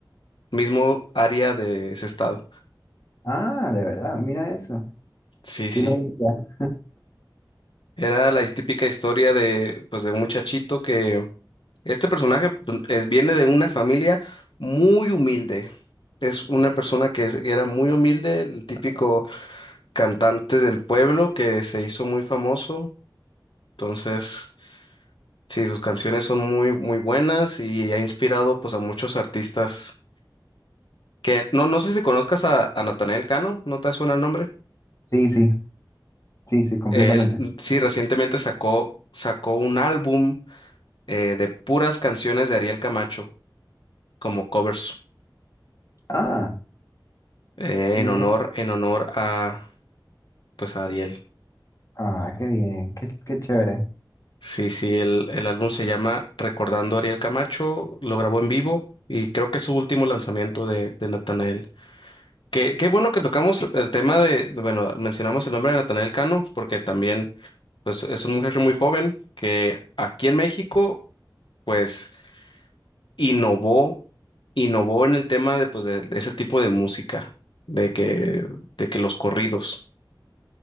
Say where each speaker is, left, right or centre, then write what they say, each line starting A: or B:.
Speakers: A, on the left (about 80°); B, on the left (about 40°).
A: mismo área de ese estado.
B: Ah, de verdad, mira eso.
A: Sí,
B: ¿Quién
A: sí.
B: lo diría?
A: Era la típica historia de pues de un muchachito que Este personaje pues, es, viene de una familia muy humilde. Es una persona que es- era muy humilde, el típico cantante del pueblo que se hizo muy famoso. Entonces, sí, sus canciones son muy, muy buenas y ha inspirado pues a muchos artistas que no, no sé si conozcas a, a Natanael Cano, ¿no te suena el nombre?
B: Sí, sí, sí, sí, completamente.
A: Él mm, sí recientemente sacó, sacó un álbum eh, de puras canciones de Ariel Camacho como covers
B: Ah,
A: eh,
B: qué
A: en honor,
B: bien.
A: en honor a, Pues a Ariel.
B: Ah, qué bien, qué, qué chévere.
A: Sí, sí, el, el álbum se llama Recordando a Ariel Camacho, lo grabó en vivo y creo que es su último lanzamiento de, de Natanael. Qué, qué bueno que tocamos el tema de, de- bueno, mencionamos el nombre de Natanael Cano, porque también, pues, es un muchacho muy joven que aquí en México, pues, innovó, innovó en el tema de, pues, de, de ese tipo de música, de que, de que los corridos.